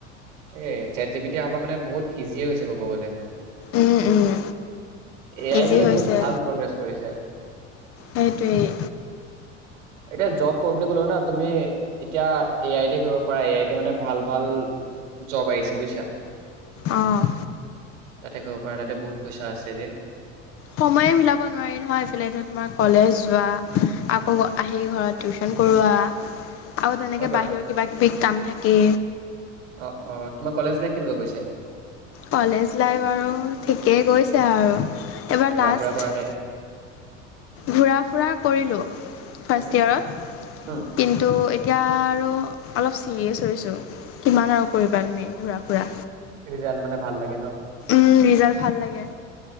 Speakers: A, on the right (about 75°); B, on the left (about 35°).
A: এ চেট জিপিত অ পৰা মানে বহুত ইজিয়ে গৈছে ক'ব গ'লে। এ
B: উম উম ইজি
A: আই বোৰে
B: হৈছে
A: বহুত ভাল প্ৰগ্ৰেছ কৰিছে।
B: সেইটোৱেই
A: এতিয়া জব কৰো বুলি ক'লো ন তুমি এতিয়া এ আই টি কৰিব পাৰা এ আই টি মানে ভাল। ভাল জব আহিছে বুজিছা।
B: অ'
A: তাতে কৰিব পাৰা তাতে বহুত পইচা আছে ৰে
B: সময়ে মিলাব নোৱাৰি নহয় এইফালে তোমাৰ কলেজ যোৱা। আকৌ
A: উম,
B: আহি ঘৰত টিউচন কৰোৱা। আৰু তেনেকে
A: হয় বাৰু
B: বাহিৰৰ কিবা কিবি কাম। থাকে
A: অ' অ' তোমাৰ কলেজ লাইফ কেনেকুৱা গৈছে
B: কলেজ লাইফ আৰু ঠিকেই গৈছে আৰু এবাৰ
A: ঘূৰা
B: লাষ্ট।
A: ফুৰা কৰা নাই
B: ঘূৰা ফুৰা কৰিলোঁ‌ ফাৰ্ষ্ট
A: উম,
B: ইয়েৰত
A: উম
B: কিন্তু এতিয়া আৰু অলপ চিৰিয়েছ হৈছো কিমান আৰু কৰিবা তুমি ঘূৰা ফুৰা!
A: ৰিজাল্ট মানে ভাল লাগে ন।
B: উ ৰিজাল্ট ভাল লাগে।